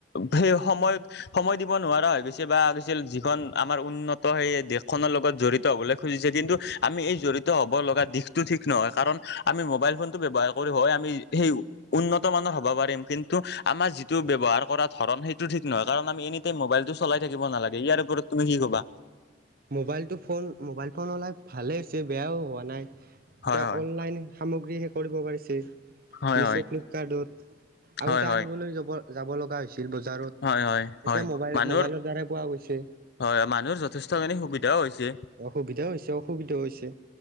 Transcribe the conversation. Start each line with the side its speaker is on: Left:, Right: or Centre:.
Left: সেই সময়ত সময় দিব নোৱাৰা হৈ গৈছে বা গৈছিল যিখন আমাৰ উন্নত সেই দেশখনৰ লগত জড়িত হ'বলৈ খুজিছে কিন্তু আমি এই জড়িত হ'ব লগা দিশটো ঠিক নহয় কাৰণ আমি মোবাইল ফোনটো ব্যৱহাৰ কৰি হয় আমি সেই উন্নত মানৰ হ'ব পাৰিম কিন্তু আমাৰ যিটো ব্যৱহাৰ কৰা ধৰণ সেইটো ঠিক নহয় কাৰণ আমি এনি টাইম মোবাইলটো চাই থিব নালাগে ইয়াৰওপৰত তুমি কি কবা?
Right: মোবাইলতটো ফোন মোবাইল ফোন ওলাই ভালে হৈছে বেয়াও হোৱা নাই এতিয়া
Left: হয় হয়
Right: অনলাইন সামগ্ৰী শেই কৰিব পাৰিছে
Left: হয়
Right: মিছ',
Left: হয়
Right: ফ্লিপকাৰ্টত
Left: হয়
Right: আগতে
Left: হয়
Right: আনিবলৈ যাব যাব লগা হৈছিল বজাৰত
Left: হয় হয়
Right: এতিয়া মবাইল
Left: মানুহৰ
Right: মোবাইলৰ দ্বাৰা পোৱা গৈছে।
Left: হয় হয়, মানুহৰ যথেষ্টখিনি সুবিধাও হৈছে।
Right: সুবিধাও হৈছে অসুবিধাও হৈছে।